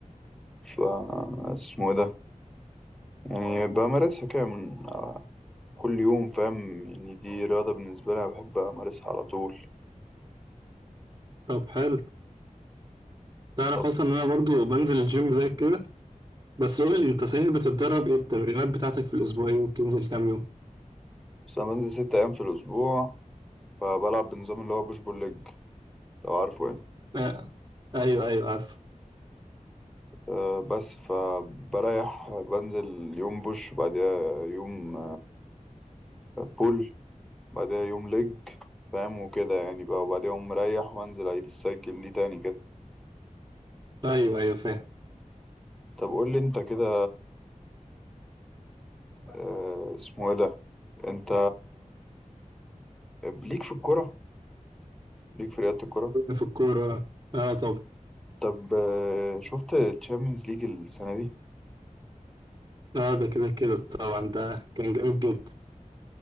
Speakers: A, in the centre; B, on the right.
A: ف اسمه إيه ده يعني بمارسها كده من كل يوم فاهم يعني دي رياضة بالنسبة لي أنا بحب امارسها على طول
B: طب حلو تعرف
A: طب
B: اصلا ان انا برضو بنزل الجيم زي كده بس قول لي انت صحيح بتتدرب ايه التمرينات بتاعتك في الاسبوع ايه وبتنزل كام يوم
A: بس انا بنزل ست ايام في الاسبوع فبلعب بنظام اللي هو بوش بول ليج لو عارفه يعني
B: آه. ايوه ايوه عارف
A: أه بس فبريح بنزل يوم بوش وبعديها يوم بول بعدها يوم لج فاهم وكده يعني بقى وبعدها يوم مريح وانزل اعيد السايكل دي تاني كده
B: ايوه ايوه فاهم
A: طب قول لي انت كده آه، اسمه ايه ده انت ليك في الكرة ليك في رياضة الكرة
B: في الكوره اه طب
A: طب آه، شفت تشامبيونز ليج السنة دي
B: اه ده كده كده طبعا ده كان جامد جدا